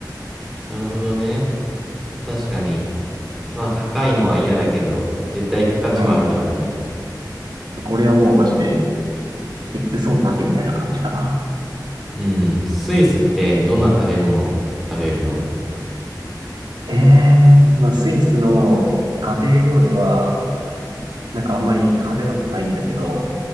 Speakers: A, in the centre; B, on the right.
A: なるほどね。確かに。まあ高いのは嫌だけど、絶対行く価値はあるだろうね。
B: うん。これはもうマジで、行って損なしみたいな感じかな。
A: うん。スイスってどんな食べ物を食べるの
B: ええまあ、スイスの家庭料理は、なんかあんまり派手なものないんだけど、